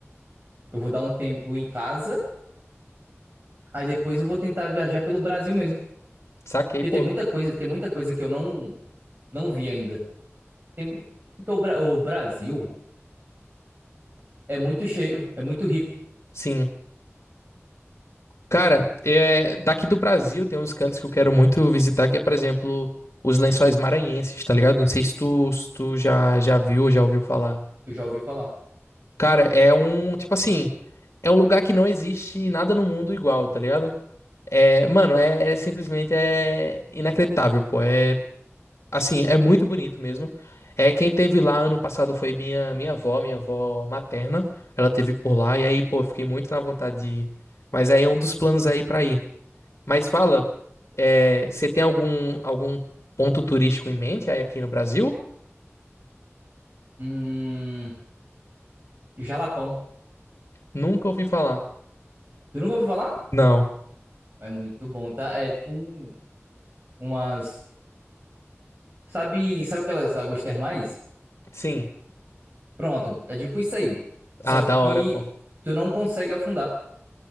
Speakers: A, on the right (about 40°); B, on the left (about 65°).
A: eu vou dar um tempo em casa, aí depois eu vou tentar viajar pelo Brasil mesmo. Porque
B: Saquei, pô.
A: tem muita coisa, tem muita coisa que eu não, não vi ainda. Tem, porque o, Bra- o Brasil é muito cheio, é muito rico.
B: Sim. Cara, é, daqui do Brasil tem uns cantos que eu quero muito visitar, que é, por exemplo, os Lençóis Maranhenses, tá ligado? Não sei se tu, se tu já, já viu ou já ouviu falar.
A: Eu já ouvi falar.
B: Cara, é um, tipo assim, é um lugar que não existe nada no mundo igual, tá ligado? É, mano, é, é simplesmente é inacreditável, pô. É, assim, é muito bonito mesmo. É, quem teve lá ano passado foi minha, minha avó, minha avó materna. Ela teve por lá, e aí, pô, eu fiquei muito na vontade de ir. Mas aí é um dos planos aí pra ir. Mas fala, é, você tem algum, algum ponto turístico em mente aí aqui no Brasil?
A: Hum, jalapão.
B: Nunca ouvi falar.
A: Tu nunca ouviu falar?
B: Não.
A: É muito bom, tá? É tipo um- umas. Sabe, sabe aquelas águas termais?
B: Sim.
A: Pronto, é tipo isso aí. Só
B: Ah,
A: que
B: da hora, pô.
A: tu não consegue afundar.